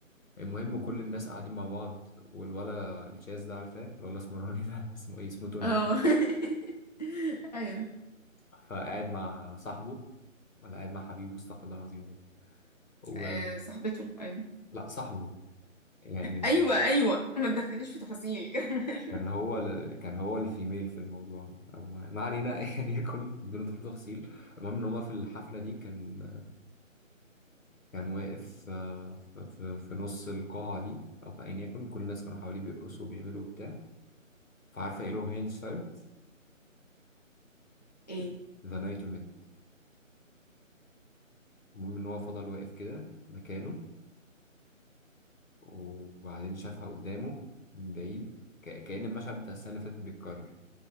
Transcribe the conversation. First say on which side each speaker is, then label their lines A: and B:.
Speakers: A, on the left (about 75°); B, on the left (about 30°).
A: المهم كل الناس قاعدين مع بعض والولا الشاذ ده عارفاه الولا اسمراني ده <laughs> اسمه ايه اسمه توني
B: اه <laughs> ايوه
A: فقاعد مع صاحبه ولا قاعد مع حبيبه استغفر الله العظيم يا رب و...
B: آه صاحبته ايوه
A: لا صاحبه يعني
B: ايوه ايوه ما تدخلنيش في تفاصيل <laughs> كمل
A: كان هو ال... كان هو الفيميل في الموضوع او ما, ما علينا <laughs> يعني يكون بندخل تفصيل المهم ان هو في الحفله دي كان كان واقف آه، في, في, في نص القاعه دي او في ايا يكن كل الناس كانوا حواليه بيرقصوا وبيعملوا وبتاع فعارفه ايه الاغنيه اللي اشتغلت
B: ايه
A: ذا نايت ميت المهم ان هو فضل واقف كده مكانه وبعدين شافها قدامه من بعيد ك... كأن المشهد بتاع السنه اللي فاتت بيتكرر